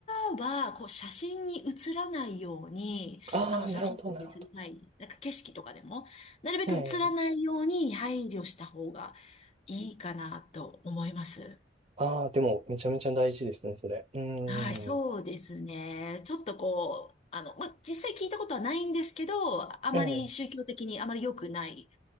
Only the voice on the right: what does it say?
ああ、
なるほど、なるほど。
ええ。
ああ、でも、めちゃめちゃ大事ですね、それ。うーん。
ええ。